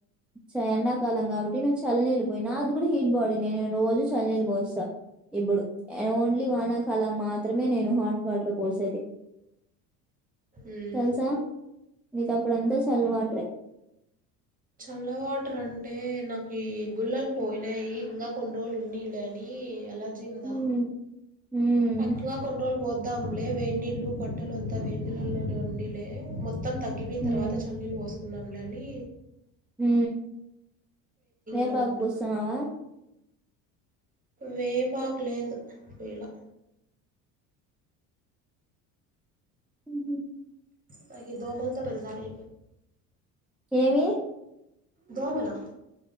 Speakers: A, in the centre; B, on the right.
A: చ ఎండాకాలం కాబట్టి నువ్వు చల్లి నీళ్లు పోయిన అది ఇప్పుడు హిట్ బాడీ నేను రోజు చల్ నీళ్లు పోస్తా ఇప్పుడు ఓన్లీ వానాకాలం మాత్రమే నేను హాట్ వాటర్ పోసేది
B: ఉమ్
A: తెలుసా నీ తప్పుడంతా చలవాట్రే
B: హలో వాటర్ అంటే నాకు గుళ్ళలు పోయినాయి ఇంకా కొన్ని రోజులు ఉన్నా లేని అలా జీవ వదా
A: హ్మ్ హ్మ్
B: అక్క కొండ్రోల్ పోద్దాం లే వేడినీళ్లు బట్టలు అంతా వేన్నిళ్లో మొత్తం తగ్గిపోయిన
A: హ్మ్
B: తర్వాత చల్ నీళ్ళ పోస్త కున్నాంలని
A: హు వేపాకు
B: లో ఉన్నా
A: పుస్తున్నావా
B: వేపాకు లేదు ఇలా
A: ఉహు
B: నాకి దోమలుతో పెద్ద దాడే
A: ఏమి
B: దోమల